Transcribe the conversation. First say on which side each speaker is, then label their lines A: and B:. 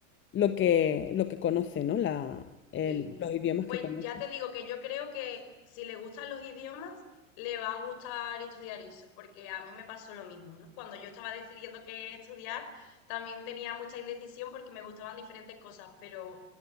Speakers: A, on the left; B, on the left.
A: lo que lo que conoce, ¿no? La, el-
B: Sí.
A: los idiomas
B: Pues
A: que conoce.
B: ya te digo que yo creo que si le gustan los idiomas, le va a gustar estudiar eso, porque a mí me pasó lo mismo, ¿no? Cuando yo estaba decidiendo qué estudiar, también tenía mucha indecisión porque me gustaban diferentes cosas, pero